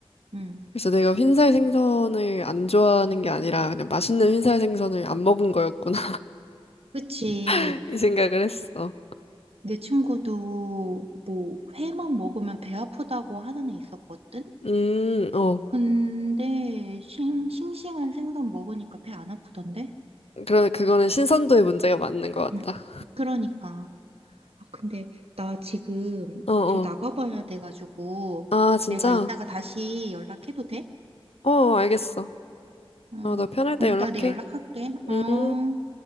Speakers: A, on the right; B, on the left.
A: 응.
B: 그래서 내가 흰살 생선을 안 좋아하는 게 아니라 그냥 맛있는 흰살 생선을 안 먹은 거였구나.
A: 그치.
B: <laughs> 이 생각을 했어.
A: 내 친구도 뭐 회만 먹으면 배 아프다고 하는 애 있었거든?
B: 음, 어.
A: 근데 싱, 싱싱한 생선 먹으니까 배 안 아프던데?
B: 그러, 그거는 신선도의 문제가 맞는 것
A: 음,
B: 같다.
A: 그러니까. 아, 근데 나 지금
B: 어어.
A: 저 나가봐야 돼가지고
B: 아, 진짜?
A: 내가 이따가 다시 연락해도 돼?
B: 어, 알겠어.
A: 어,
B: 어, 너 편할
A: 그럼
B: 때
A: 이따가
B: 연락해.
A: 내 연락할게. 어.
B: 음.